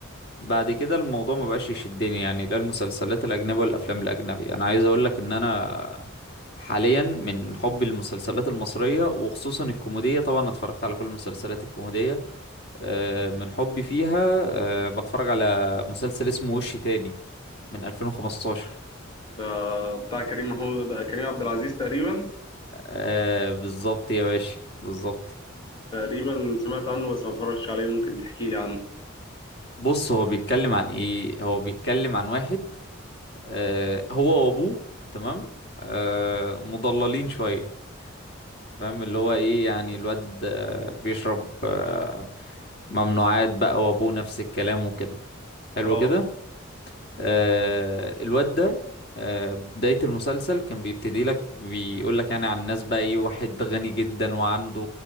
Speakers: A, on the left (about 50°); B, on the left (about 25°).
A: بعد كده الموضوع ما بقاش يشدني يعني لا المسلسلات الاجنبي ولا الافلام الاجنبي انا عايز اقول لك ان انا حاليا من حبي للمسلسلات المصرية وخصوصا الكوميدية طبعا اتفرجت على كل المسلسلات الكوميدية آه، من حبي فيها آه، بتفرج على مسلسل اسمه وش تاني من 2015
B: ده بتاع كريم محمود ده كريم عبد العزيز تقريبا
A: آه، بالظبط يا باشا بالظبط
B: تقريبا سمعت عنه بس ما اتفرجتش عليه ممكن تحكي لي عنه
A: بص هو بيتكلم عن ايه هو بيتكلم عن واحد آه، هو وابوه تمام آه، مضللين شوية فاهم اللي هو ايه يعني الواد آه، بيشرب آه، ممنوعات بقى وابوه نفس الكلام وكده حلو
B: اه
A: كده آه، الواد ده آه، بداية المسلسل كان بيبتدي لك بيقول لك يعني عن ناس بقى ايه واحد غني جدا وعنده